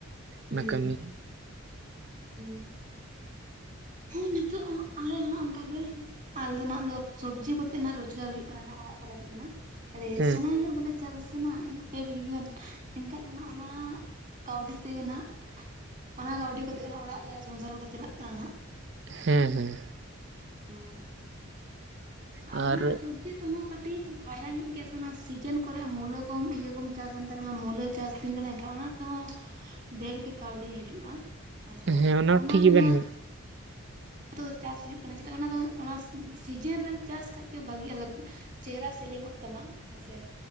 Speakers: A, on the right (about 35°); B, on the right (about 55°).
A: ᱦᱩᱸ
B: ᱚᱱᱟ ᱠᱟᱹᱢᱤ
A: ᱦᱩᱸ ᱦᱚ ᱱᱤᱛᱚᱜ ᱦᱚ ᱟᱞᱮ ᱦᱚ ᱚᱱᱠᱟ ᱜᱮ ᱟᱞᱮ ᱫᱚ ᱱᱟᱜ ᱥᱚᱵᱽᱡᱤ ᱠᱚᱛᱮ ᱱᱟᱜ ᱨᱚᱡᱽᱜᱟᱨ ᱦᱩᱭᱩᱜ ᱠᱟᱱᱟ ᱚᱲᱟᱜ ᱠᱚ ᱞᱟᱹᱜᱤᱫ ᱟᱫᱚ
B: ᱦᱮᱸ
A: ᱥᱮᱬᱟ ᱧᱚᱜ ᱜᱮᱞᱮ ᱪᱟᱞᱥ ᱥᱮ ᱱᱟᱦᱟᱜ ᱯᱮ ᱵᱤᱜᱷᱟᱹ ᱜᱟᱱ ᱮᱱᱠᱷᱟᱡ ᱫᱚ ᱦᱟᱜ ᱚᱱᱟ ᱠᱟᱹᱣᱰᱤ ᱛᱮᱜᱮ ᱱᱟᱦᱟᱜ ᱚᱱᱟ ᱠᱟᱹᱣᱰᱤ ᱠᱚᱛᱮ ᱜᱮ ᱚᱲᱟᱜ ᱨᱮᱭᱟᱜ ᱥᱚᱝᱥᱟᱨ ᱠᱚᱫᱚ ᱪᱟᱞᱟᱜ ᱠᱟᱱᱟ ᱦᱟᱜ
B: ᱦᱮᱸ ᱦᱮᱸ
A: ᱚᱻ ᱟ
B: ᱟᱨ
A: ᱚᱱᱟ ᱥᱚᱵ ᱥᱚᱵᱡᱤ ᱛᱮᱦᱚ ᱠᱟᱹᱴᱤᱡ ᱯᱷᱟᱭᱫᱟ ᱧᱚᱜ ᱜᱮᱭᱟ ᱥᱮ ᱚᱱᱟ ᱥᱤᱡᱤᱱ ᱠᱚᱨᱮ ᱢᱩᱞᱟᱹ ᱠᱚᱢ ᱤᱭᱟᱹ ᱠᱚᱢ ᱪᱟᱥ ᱮᱱᱛᱮ ᱨᱮᱢᱟ ᱢᱩᱞᱟᱹ ᱪᱟᱥ ᱫᱤᱱ ᱠᱟᱱᱟ ᱮᱱᱠᱷᱟᱱ ᱚᱱᱟ ᱛᱮᱦᱚ ᱰᱮᱲ ᱜᱮ ᱠᱟᱹᱣᱰᱤ ᱦᱤᱡᱩᱜ-ᱟ ᱦᱮᱥᱮ
B: ᱦᱮᱸ
A: ᱚᱱᱟ
B: ᱴᱷᱤᱠ ᱜᱮᱵᱮᱱ
A: ᱜᱮ ᱦᱟᱱᱟᱜ ᱚᱱᱟ ᱫᱚ ᱪᱟᱥ ᱦᱩᱭᱩᱜ ᱠᱟᱱᱟ ᱪᱮᱫᱟᱜ ᱚᱱᱟ ᱫᱚ ᱚᱱᱟ ᱥᱤᱡᱤᱱ ᱨᱮᱢ ᱪᱟᱥ ᱠᱷᱟᱡ ᱜᱮ ᱵᱷᱟᱜᱤᱜ-ᱟ ᱪᱮᱦᱨᱟ ᱥᱮᱞᱤᱝ ᱚᱜ ᱛᱟᱢᱟ ᱦᱮ ᱥᱮ